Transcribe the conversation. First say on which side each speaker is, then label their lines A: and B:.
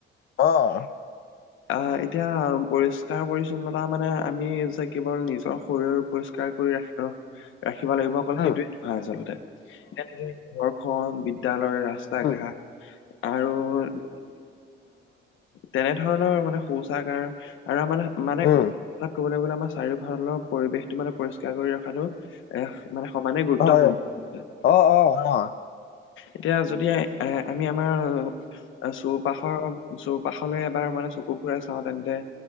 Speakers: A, on the left (about 55°); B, on the left (about 85°).
A: অ
B: অ এতিয়া পৰিষ্কাৰ পৰি্ছন্নতা মানে আমি যে কেৱল নিজৰ শৰীৰৰ পৰিষ্কাৰ কৰি ৰাখি আহ ৰাখিব লাগিব
A: উম,
B: অকল সেইটোোৱে নহয় আচল্ততে এ ঘৰখনন বিদ্যয়ালয়ৰ
A: উম,
B: ৰাস া ঘাট আৰু
A: <inaudible>
B: তেনে ধৰণৰ মানে শৌচাগাৰ আৰু আমাৰ মানোত
A: উম,
B: কবলৈ গলে আমাৰ চাৰিওফালৰ পৰিৱেশটো মানে পৰিষ্কাৰ কৰি ৰখাতটো এ মানে সমানেই গুৰুত্বপূৰ্ণ
A: হয়। অ' অ' অ'।
B: এতিয়া যদি এ আমি আমাৰ চৌপাশৰ চৌপাশলৈ এবাৰ মানে চকু ফুৰে চাওঁ তেন্তে